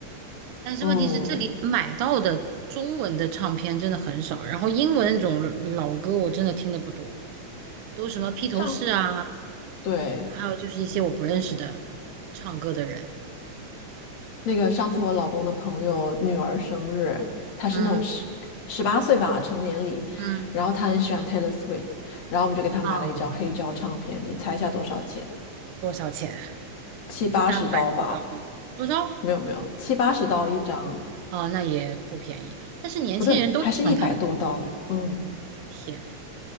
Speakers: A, on the right; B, on the left.
A: 但是问题是，
B: 嗯。
A: 这里买到的中文的唱片真的很少，
B: 嗯
A: 然后英文那种老歌我真的听的不多，都什么披头士啊，
B: 上次对，
A: 然后还有就是一些我不认识的唱歌的人。
B: 那个上次我老公的朋友女儿生日，她是那种十十八岁吧成年礼，
A: 嗯嗯
B: 然后她很喜欢 Taylor Swift，然后我们就给她买了一张黑胶唱片，
A: 啊，
B: 你猜一下多少钱？
A: 多少钱？
B: 七八十刀吧？
A: 三百多刀吗？多少？
B: 没有没有，七八十刀一张，
A: 哦，那也不便宜。但是年轻人都喜欢他，
B: 不对，还是一百多刀，嗯，
A: 天。